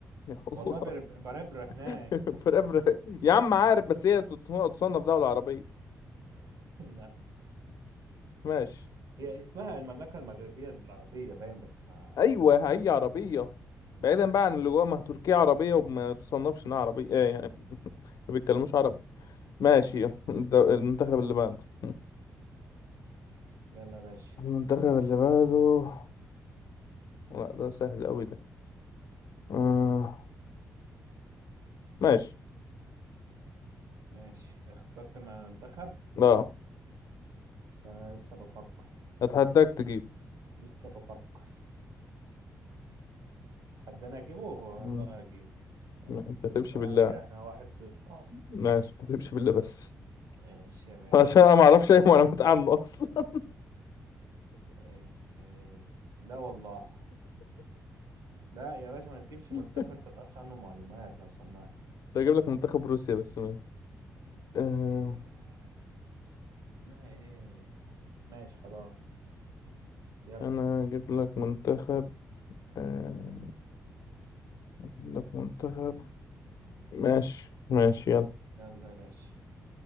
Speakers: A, on the left (about 75°); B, on the right (about 70°).
A: يا الله
B: والله برب- بربرة هناك
A: <laughs> بربرة يا عم عارف بس هي تصنف دولة عربية
B: <laughs> لا
A: ماشي
B: هي اسمها المملكة المغربية العربية باين بس ما
A: ايوه هي عربيه بعيدا بقى عن اللي جوه ما هي تركيا عربيه وما تصنفش انها عربيه ايه يعني <laughs> ما بيتكلموش عربي ماشي
B: ماشي
A: <laughs> الد- المنتخب اللي بعده <laughs>
B: يلا يا باشا
A: المنتخب اللي بعده لا ده سهل قوي ده آه.
B: مم.
A: ماشي
B: ماشي اخترت منتخب
A: لا
B: استنى أنا لسه بفكر
A: اتحداك تجيب
B: لسه بفكر حد انا اجيبه والله
A: مم.
B: اجيب
A: ما
B: نشوف
A: ما تحلفش
B: بقى
A: بالله
B: انا كده احنا واحد صفر اهو
A: ماشي ما تحلفش بالله بس
B: ماشي يا
A: <laughs>
B: باشا
A: عشان انا ما اعرفش اي معلومات عنه اصلا
B: إيه- إيه- لا والله لا يا باشا ما تجيبش
A: <laughs>
B: منتخب انت ما تعرفش عنه معلومات لو سمحت
A: كنت اجيب لك منتخب روسيا بس ماشي آه.
B: إيه... اسمها ايه ماشي خلاص يلا
A: انا اجيب لك منتخب آه، اجيب لك منتخب ماشي ماشي يلا
B: يلا يا باشا